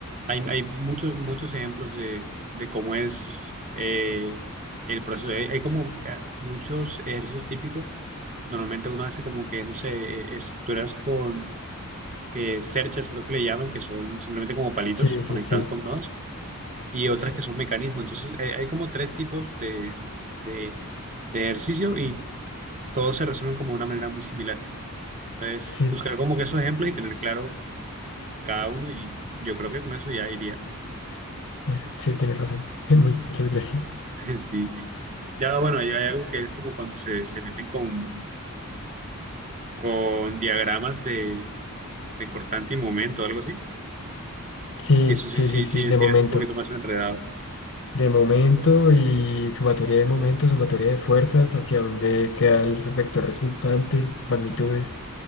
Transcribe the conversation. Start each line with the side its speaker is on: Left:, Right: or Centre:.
Right: hay, hay muchos, muchos ejemplos de, de cómo es eh, el proceso. Hay, hay como eh, muchos ejercicios típicos. Normalmente uno hace como que, no sé, eh, estructuras con que cerchas, creo que le llaman, que son simplemente como palitos
Left: Sí, sí,
Right: conectados
Left: sí.
Right: con nodos y otras que son mecanismos. Entonces, eh, hay como tres tipos de, de, de ejercicio y todos se resuelven como de una manera muy similar. Entonces,
Left: Sí,
Right: buscar
Left: sí,
Right: como que esos ejemplos y tener claro cada uno y yo creo que con eso ya iría.
Left: eso, sí, tienes razón. <laughs> Muchas gracias.
Right: <laughs> Sí. Ya, bueno, ahí hay algo que es como cuando se, se meten con, con diagramas de, de cortante y momento, algo así.
Left: Sí,
Right: Eso sí,
Left: sí,
Right: sí,
Left: sí, sí,
Right: sí,
Left: de
Right: sí,
Left: momento.
Right: es un poquito más enredado.
Left: De momento y sumatoria de momento, sumatoria de fuerzas, hacia dónde queda el vector resultante, magnitudes,